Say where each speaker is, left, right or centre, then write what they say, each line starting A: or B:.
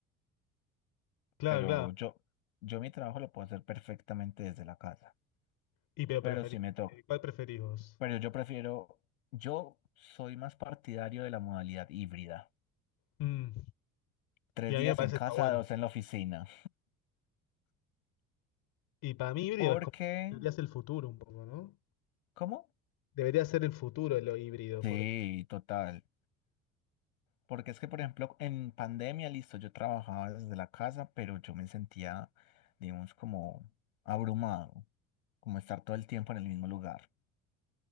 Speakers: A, on the left; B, on the left.
A: claro,
B: pero
A: claro.
B: yo, yo mi trabajo lo puedo hacer perfectamente desde la casa,
A: Y pero
B: pero
A: preferís,
B: sí me toca.
A: eh, ¿cuál preferís vos?
B: Pero yo prefiero, yo soy más partidario de la modalidad híbrida.
A: Mm,
B: Tres
A: Y a
B: días
A: mí me parece
B: en casa,
A: que está bueno.
B: dos en la oficina.
A: Y para mí híbrido
B: Porque,
A: es como debería ser el futuro un poco, ¿no?
B: ¿cómo?
A: Debería ser el futuro lo híbrido,
B: Sí,
A: porque
B: total. Porque es que, por ejemplo, en pandemia, listo, yo trabajaba desde la casa, pero yo me sentía, digamos, como abrumado, como estar todo el tiempo en el mismo lugar.